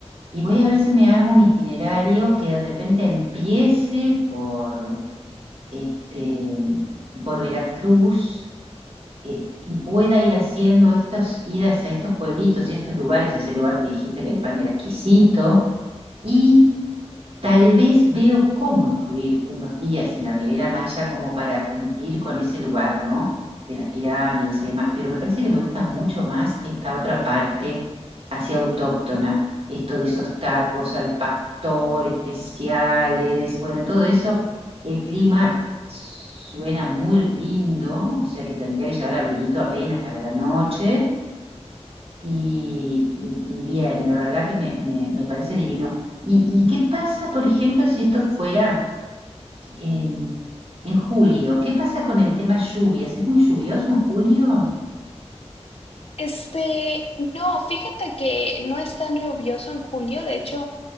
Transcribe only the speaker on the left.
Este, no, fíjate que no es tan lluvioso en julio, de hecho,